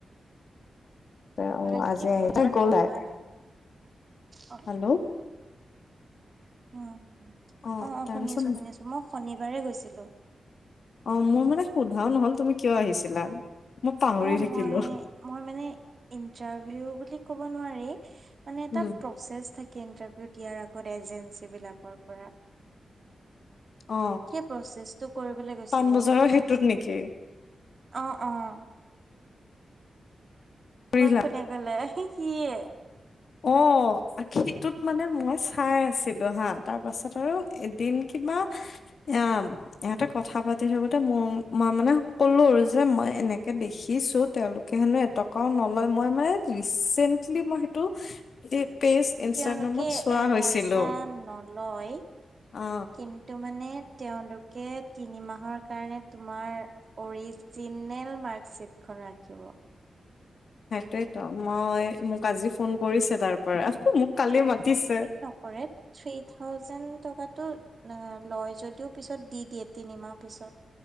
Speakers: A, on the left; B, on the right.
A: তাই অঁ'
B: ভালকে
A: আজি
B: ভইচটো
A: আহি গ'ল
B: অহা
A: তাই
B: নাই অ
A: হেল্ল'।
B: উম
A: অ
B: অঁ', অঁ',
A: তাৰপিছত
B: শুনি আছো শুনি আছো মই শনিবাৰে গৈছিলো।
A: অঁ' মোৰ মানে সোধাও নহল তুমি কিয় আহিছিলা। মই পাহৰি
B: অঁ'
A: থাকিলো
B: মই মই মানে ইন্টাৰভিউ বুলি কব নোৱাৰি মানে এটা
A: উম
B: প্ৰচেছ থাকে ইণ্টাৰভিউ দিয়াৰ আগত এজেঞ্চ বিলাকৰ পৰা
A: অ
B: সেই প্ৰচেছটো কৰিবলে গৈছিলোঁ।
A: পাণবজাৰৰ সেইটোত নেকি
B: অঁ', অঁ'।
A: বুঢ়িলা
B: তোমাক কোনে ক'লে সিয়ে।
A: অ সিটোত মানে মই চাই আছিলো হা তাৰ পাছত আৰু এদিন কিবা এয়াম। ইহঁতে কথা পাতি থাকোতে মোৰ মই মানে কলো আৰু যে মই এনেকে দেখিছো তেওঁলোকে হেনো এটকাও নলয় মই মানে ৰিচেন্টলি মই সেইটো এই পেজ ইনষ্টাগ্ৰামত
B: তেওঁলোকে
A: চোৱা
B: এ
A: হৈছিলো
B: পইচা নলয়
A: অ
B: কিন্তু মানে তেওঁলোকে তিনি মাহৰ কাৰণে তোমাৰ অৰিজ জিনেল মাৰ্কশ্বিট খন ৰাখিব।
A: সেইটোৱে তো মই মোক আজি ফোন কৰিছে তাৰ পৰা মোক কালি মাতিছে।
B: কৰে থ্ৰী থাউজেণ্ড টকাটো অ নহয় যদিও পিছত দি দিয়ে তিনিমাহ পিছত।